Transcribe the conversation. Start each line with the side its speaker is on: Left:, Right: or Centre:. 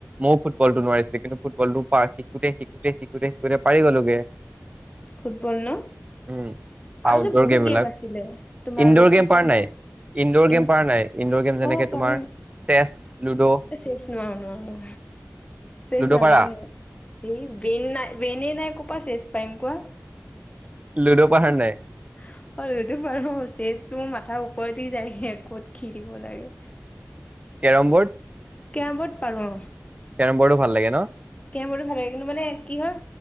Right: ময়ো ফুটবলটো নোৱাৰিছিলোঁ। কিন্তু ফুটবলটো শিকোতে শিকোতে শিকোতে পাৰি গলোগে।
Left: ফুটবল ন
Right: উম, আউটড'ৰ
Left: আৰু যে বহুত গেম
Right: বিলাক
Left: আছিলে তোমাৰ
Right: ইনড'ৰ
Left: ৰছী
Right: গেম পাৰা
Left: তনা,
Right: নাই? ইনড'ৰ গেম
Left: ই,
Right: পাৰা নাই? ইনড'ৰ গেম যেনেকে
Left: অ
Right: তোমাৰ
Left: পাৰোঁ।
Right: চেছ লুডো,
Left: এ শেচ নোৱাৰো নোৱাৰো। শেচ
Right: লুডো
Left: নাজানো
Right: পাৰা?
Left: এই বেন নাই বেনেই নাই কপা শেচ পাৰিম কোৱা?
Right: লুডো পাৰা নাই?
Left: আৰু সটো পাৰো, ছেচ তোৰ মাথাৰ ওপৰদি যায়হি ক'ত কি দিব লাগে।
Right: কেৰম বোৰ্ড
Left: কেমবৰ্ড পাৰো
Right: কেৰম বৰ্ড ভাল লাগে ন।
Left: কেম বৰো ভাল লাগে। কিন্তু মানে কি হয়